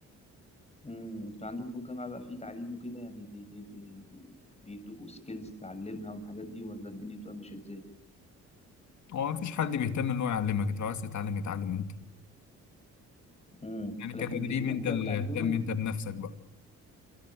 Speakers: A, on the left (about 20°); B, on the left (about 70°).
A: امم انتوا عندكم في الجامعة بقى في تعليم وكده يعني دي بي- بيدوكوا سكيلز تتعلمها والحاجات دي ولا الدنيا بتبقى ماشية ازاي
B: هو مفيش حد بيهتم إن هو يعلمك أنت لو عايز تتعلم اتعلم أنت
A: امم
B: يعني
A: لكن
B: كتدريب
A: بيسيبوكوا
B: أنت اللي
A: بقى تتعلموا
B: اهتم أنت بنفسك بقى